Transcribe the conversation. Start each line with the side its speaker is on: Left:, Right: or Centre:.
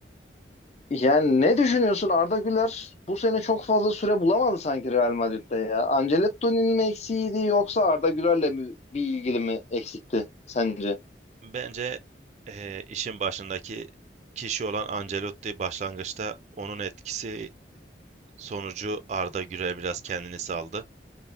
Left: yani ne düşünüyorsun Arda Güler bu sene çok fazla süre bulamadı sanki Real Madrid'de ya. Ancelotti'nin mi eksiğiydi yoksa Arda Güler'le mi bir ilgili mi eksikti sence?
Right: Bence eee, işin başındaki kişi olan Ancelotti başlangıçta onun etkisi sonucu Arda Güler biraz kendini saldı.